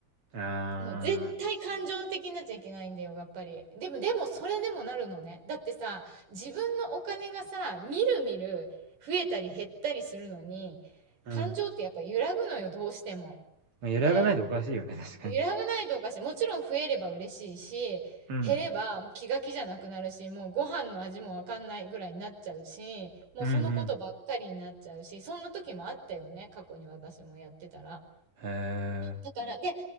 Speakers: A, on the right; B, on the right.
A: あ
B: もう絶対感情的になっちゃいけないんだよ、やっぱり。でも、でも、それでもなるのね。だってさ、自分のお金がさ、みるみる増えたり減ったりするのに、
A: あ、
B: 感情ってやっぱ揺らぐのよ、
A: うん。
B: どうしても。
A: まあ、揺らがないとおかしいよね、
B: で、
A: 確かに。
B: 揺らがないとおかしい。もちろん増えれば嬉しいし、
A: うん。
B: 減ればもう気が気じゃなくなるし、もうご飯の味もわかんないぐらいになっちゃうし、もうそのことばっかりになっちゃうし、
A: うん
B: そんな時もあったよね、過去に私もやってたら。
A: うん。へえ、
B: だから、で、